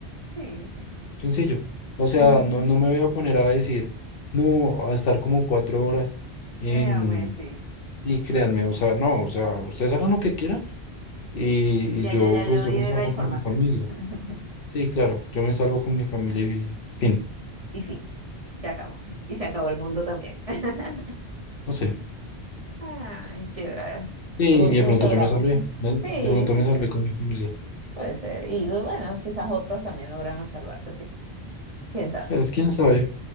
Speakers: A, on the right; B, on the left.
A: sí, sí.
B: sencillo. O sea,
A: <laughs>
B: no, no me voy a poner a decir, no, a estar como cuatro horas en...
A: Créame, sí.
B: Y créanme, o sea, no, o sea, ustedes hagan lo que quieran y,
A: Ya
B: y yo,
A: yo, ya
B: pues
A: yo
B: yo
A: di
B: me salvo
A: la información,
B: con mi familia.
A: sí. <laughs>
B: Sí, claro, yo me salvo con mi familia y fin,
A: Y fin, se acabó. Y se acabó el mundo también. <laughs>
B: no sé.
A: Ay, qué drama.
B: Y, y
A: mucho
B: de pronto
A: drama.
B: yo me salvé, ¿no?
A: Sí,
B: de pronto
A: sí,
B: me salvé
A: no,
B: con mi familia.
A: puede ser. Y bueno, quizás otros también lograron salvarse, así que quién sabe.
B: Pues quién sabe,